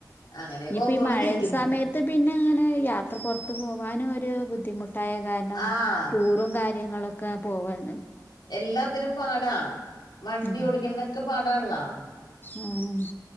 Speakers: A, on the left; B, on the left.
A: അങ്ങനെയൊക്കെ
B: ഇനിപ്പ
A: ഓർത്തോണ്ടൊക്കെ
B: ഈ മഴയ
A: ഇരിക്കണ്
B: സമയത്ത് ത്ത് പിന്നെ അങ്ങനെ യാത്ര പുറത്ത് പോകാനും ഒരു ബുദ്ധിമുട്ട് ട്ടായ കാരണം
A: ആഹ്
B: ടൂറും കാര്യങ്ങളൊക്കെ പോവാൻ
A: എല്ലാത്തിനും പാടാ വണ്ടി
B: ഉം
A: ഓടിക്കനൊക്കെ പാടാൺള്ളാ
B: ആഹ്